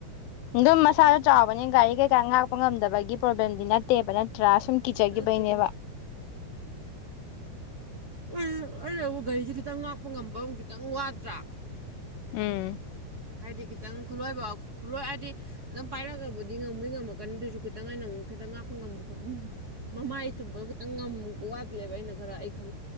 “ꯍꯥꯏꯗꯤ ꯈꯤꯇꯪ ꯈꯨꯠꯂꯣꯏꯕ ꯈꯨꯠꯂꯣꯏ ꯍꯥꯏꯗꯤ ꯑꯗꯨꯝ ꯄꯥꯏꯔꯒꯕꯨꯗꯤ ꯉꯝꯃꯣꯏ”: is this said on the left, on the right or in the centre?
Right